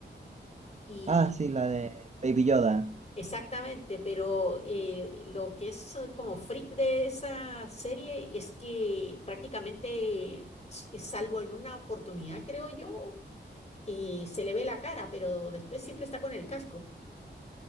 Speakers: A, on the left; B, on the right.
A: Y
B: Ah, sí, la de Baby Yoda.
A: exactamente, pero eh, lo que es eh, como freak de esa serie es que prácticamente, s- eh, salvo en una oportunidad, creo yo, eh, se le ve la cara, pero después siempre está con el casco,